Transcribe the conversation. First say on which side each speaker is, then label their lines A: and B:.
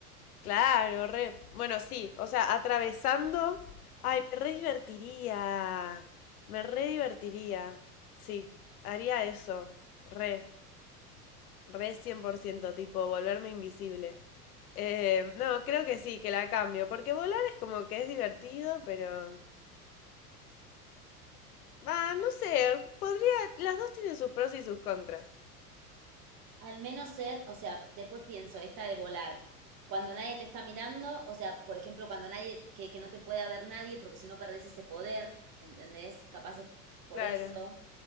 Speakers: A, on the left; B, on the right.
A: Claro, re. Bueno, sí, o sea, atravesando. Ay, me re divertiría. Me re divertiría. Sí, haría eso. Re, re 100%, tipo, volverme invisible. Eh, no, creo que sí, que la cambio, porque volar es como que es divertido, pero... Va, no sé, podría... Las dos tienen sus pros y sus contras.
B: Al menos ser, o sea, después pienso, esta de volar. Cuando nadie te está mirando, o sea, por ejemplo, cuando nadie, que, que no te pueda ver nadie, porque si no perdés ese poder, ¿entendés? Capaz es por
A: Claro,
B: eso.